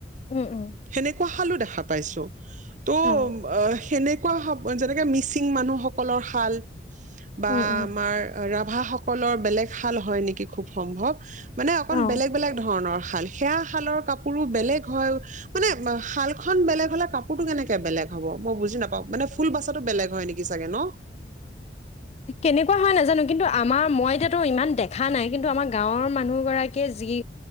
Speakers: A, on the left; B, on the right.
A: উম, উম।
B: সেনেকুৱা শালো দেখা পাইছোঁ। ত'
A: অ
B: আ, সেনে কুৱা সপ যেনেকে মিচিং মানুহসকলৰ শাল। বা
A: উম উম
B: আমাৰ ৰা ভা সকলৰ বেলেগ শাল হয় নেকি খুব সম্ভৱ। মানে অকন
A: অ
B: বেলেগ বেলেগ ধৰণৰ। শাল, সেয়া শালৰ কাপোৰো বেলেগ হয়, মানে শালখন বেলেগ হ'লে কাপোৰটো কেনেকে বেলেগ হ'ব মই বুজি নাপাওঁ, মানে ফুল বাচাটো বেলেগ হয় নেকি চাগে ন?
A: কেনেকুৱা হয় নাজানো, কিন্তু আমাৰ মই যিহেতু ইমান দেখা নাই, কিন্তু আমাৰ গাঁৱৰ মানুহ গৰাকীয়ে যি,